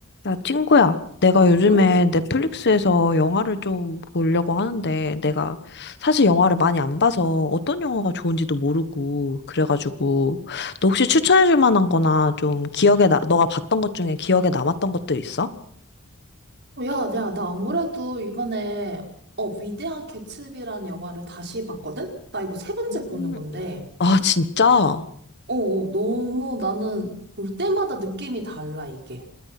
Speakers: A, on the left (about 50°); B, on the right (about 50°).
A: 야, 친구야. 내가 요즘에
B: 응?
A: 넷플릭스에서 영화를 좀 보려고 하는데, 내가 사실 영화를 많이 안 봐서 어떤 영화가 좋은지도 모르고, 그래가지고, 너 혹시 추천해줄 만한 거나 좀 기억에, 나, 너가 봤던 것 중에 기억에 남았던 것들 있어?
B: 야, 야, 나 안 그래도 이번에, 어, 위대한 개츠비라는 영화를 다시 봤거든? 나 이거 세 번째
A: 음,
B: 보는 건데,
A: 아, 진짜?
B: 어, 어, 너무 나는 볼 때마다 느낌이 달라, 이게.